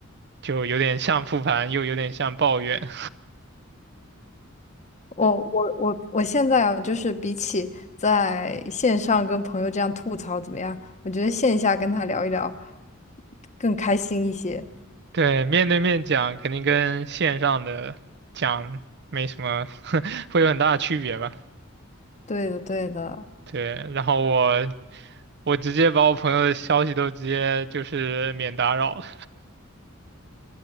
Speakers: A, on the right (about 55°); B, on the left (about 35°).
A: 就有点像复盘，又有点像抱怨。
B: 我我我我现在啊，就是比起在线上跟朋友这样吐槽怎么样，我觉得线下跟他聊一聊更开心一些。
A: <laughs> 对，面对面讲肯定跟线上的讲没什么，<laughs> 会有很大的区别吧。
B: 对的，对的，
A: 对，然后我我直接把我朋友的消息都直接就是免打扰了，